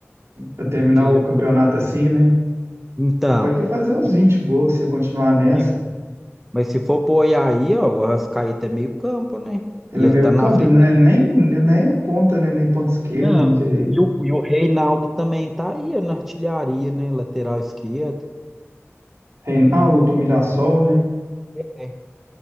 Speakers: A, on the right; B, in the centre.
A: Pra terminar
B: artilheiro
A: o campeonato
B: do Brasil.
A: assim, né?
B: Então,
A: Capaz que fazer uns
B: e-
A: 20 gols se continuar nessa.
B: e- mas se for pôr aí, ó, o Arrascaeta é meio campo, né?
A: Ele
B: E
A: é
B: ele
A: meio
B: tá
A: campo,
B: na frente
A: ele não é nem, ele nem é ponta, né? Nem ponta esquerda,
B: Não.
A: nem direita.
B: E o, e o Reinaldo também tá aí na artilharia, né? Lateral esquerdo.
A: Rein- Ah, o do Mirassol, né?
B: É.